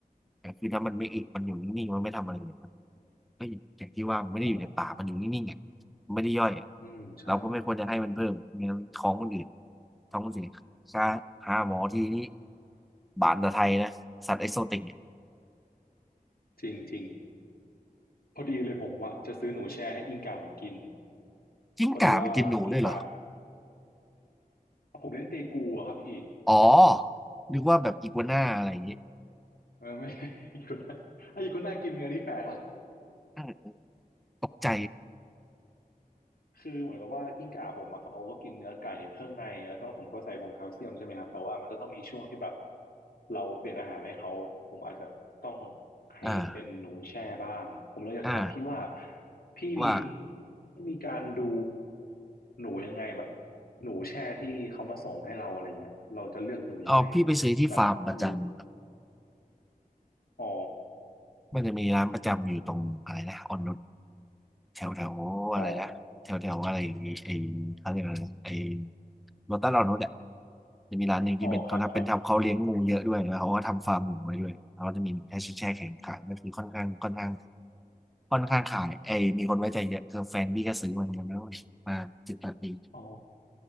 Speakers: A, in the centre; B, on the left (about 80°).
A: แต่คือถ้ามันไม่อึมันอยู่นิ่งๆมันไม่ทำอะไรเลยมันก็อย่างที่ว่ามันไม่ได้อยู่ในป่ามันอยู่นิ่งๆอ่ะมันไม่ได้ย่อยอ่ะ
B: เพราะอืมใช่
A: เราก็ไม่ควรจะให้มันเพิ่มไม่งั้นท้องมันอืดท้องมันเสียค่าหาหมอทีนี้บานตะไทยนะสัตว์เอ็กโซติกเนี่ย
B: จริงจริง พอดีเลยผมอะจะซื้อหนูแช่ให้กิ้งก่าผมกิน
A: กิ้งก่าไปกินหนูด้วยเหรอ
B: พอดีว่ากิ้งก่าผมเลี้ยงเตกูอะครับพี่
A: อ๋อนึกว่าแบบอีกัวน่าอะไรอย่างเงี้ย
B: เออไม่ <laughs> ใช่อีกัวน่าไอ้อีกัวน่ากินเนื้อนี่แปลกวะ
A: เออตกใจ
B: คือเหมือนกับว่ากิ้งก่าผมอะเขาก็กินเนื้อไก่เครื่องในแล้วก็ผมก็ใส่ผงแคลเซียมใช่ไหมครับแต่ว่ามันก็ต้องมีช่วงที่แบบเราเปลี่ยนอาหารให้เขาผมอาจจะต้องให้เป็นหนูแช่บ้างผมเลยจะถามพี่ว่า
A: อ่าอ่า
B: พี่มี
A: ว่า
B: พี่มีการดูหนูยังไงแบบหนูแช่ที่เขามาส่งให้เราอะไรเงี้ยเราจะเลือกหนูยังไงแบบแบบหมู
A: อ๋อพี่ไปซื้อที่ฟาร์มประจำครับ
B: อ๋อ
A: มันจะมีร้านประจำอยู่ตรงอะไรนะออนนุชแถวแถวอะไรนะแถวแถวอะไรไอ้เขาเรียกอะไรนะไอ้
B: อ๋อ
A: โลตัสออนนุชอ่ะจะมีร้านหนึ่งที่เป็นเขาทำเป็นทำเขาเลี้ยงงูเยอะด้วยแล้วเขาก็ทำฟาร์มหนูไว้ด้วยแล้วก็จะมีแค่แช่แข็งขายก็คือค่อนข้างค่อนข้าง
B: อ๋อครับครับ
A: ค่อนข้างขายไอ้มีคนไว้ใจเยอะคือแฟนพี่ก็ซื้อเหมือนกันแล้วมาจิตตปี
B: อ๋อ